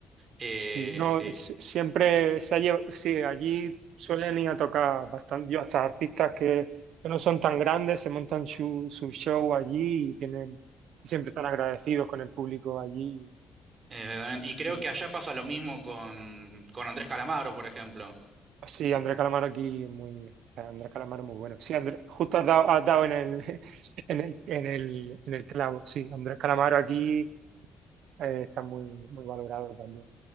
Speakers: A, on the right; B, on the right.
A: Eh,
B: Sí, no,
A: este,
B: si- siempre se ha llevado, sí, allí suelen ir a tocar bastante, yo hasta artistas que, que no son tan grandes, se montan su, su show allí y tienen, y siempre están agradecidos con el público allí.
A: exactamente. y creo
B: Y
A: que allá pasa lo mismo con, con Andrés Calamaro, por ejemplo.
B: sí, Andrés Calamaro aquí es muy, Andrés Calamaro es muy bueno. Sí, Andrés, justo has dado, has dado en el, <laughs> en el, en el, en el clavo, sí, Andrés Calamaro aquí eh, está muy, muy valorado también.